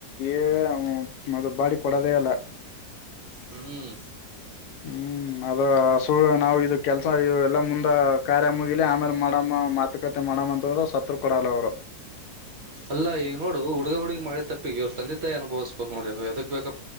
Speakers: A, on the left (about 75°); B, on the right (about 60°).
A: ಏ. ಹ್ಮ್ ಮತ್ತ ಬಾಡಿ ಕೊಡದೆ ಇಲ್ಲ.
B: ಹ್ಮ್.
A: ಹ್ಮ್ ಅದ ಸುಳ್ಳ ನಾವ ಇದ ಕೆಲ್ಸ ಇವ ಎಲ್ಲಾ ಮುಂದ ಕಾರ್ಯ ಮುಗಿಲಿ ಆಮೇಲೆ ಮಾಡಮ್ಮ ಮಾತುಕತೆ ಮಾಡಮ್ಮ ಅಂತಂದ್ರ ಸತ್ರು ಕೊಡಲ್ಲ ಅವ್ರು.
B: ಅಲ್ಲ ಈಗ್ ನೋಡು ಹುಡ್ಗ ಹುಡ್ಗಿ ಮಾಡಿದ್ ತಪ್ಪಿಗೆ ಅವ್ರ್ ತಂದೆ ತಾಯಿ ಅನುಭವಿಸ್ಬೇಕ್ ನೋಡ್ ಇವಾಗ್ ಯದಕ್ ಬೇಕಪ್